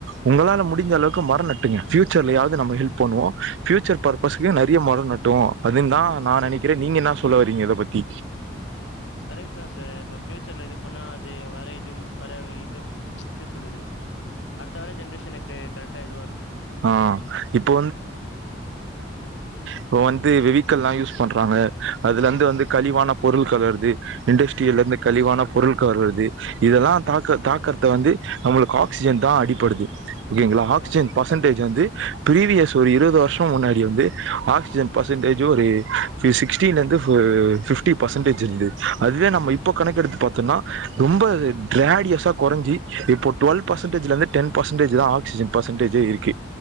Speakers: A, on the right; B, on the left.
A: உங்களால முடிந்த அளவுக்கு மர நட்டுங்க ஃபியூ ச்சர்லயாவது நம்ம ஹெல்ப் பண்ணுவோ பியூச்சர் ப்ர்பஸ்க்கு
B: ஓகே சார்
A: நறைய மர நட் டோ அதையும் தா நா நெனைக்கிறே
B: ம்
A: நீங்க என்னா சொ சொல்ல வரீங்க இத பத்தி
B: கரெக்ட் தா சர் இப்ப ஃபியூச்சர்ல இது பண்ணா அது வர இதும் வர இது எப்டி சொல்றது அடுத்த வர ஜென்ரேஷன்னுக்கு கரெக்ட்டா இதுவாருக்கு
A: ஆ இப்போ இப்போ வந்து வெவிக்கல்லா யூஸ் பண்றாங்க அதுலந்து
B: ஆ
A: வந்து கழிவான பொருள் கலர்தே இண்டஸ்ட்ரிலர்ந்து கழிவான பொருள்க வருவது இதல்லா தாக்க தாக்கற்த வந்து அவுங்களுக்கு ஆக்சிஜன் தா அடிப்படுது ஓகேங்ளா ஆக்ஸிஜன்
B: ஆமா சார்
A: பஸ்சன்டேஜ் வந்து பிரீவியஸ் ஒரு இருவது வருஷோ முன்னாடி வந்து ஆக்ஸிஜன் பர்சன்டேஜ் ஜி ஒரு ஃபி சிக்ஸ்டீன்லந்து ஒரு ஃபிப் ட்டி பர்சன்டேஜ் இருந்தது அதுவே நம்ம இப்போ கணக்கெடுத்து பாத்தொன்னா ரொம்ப ட்ராடியஸா கொறஞ்சி இப்போ டுவல் பர்சன்டேஜிலந்து டென் பர்சன்டேஜ் தா ஆக்ஸிஜன் பர்சன்டே ஜே இருக்கு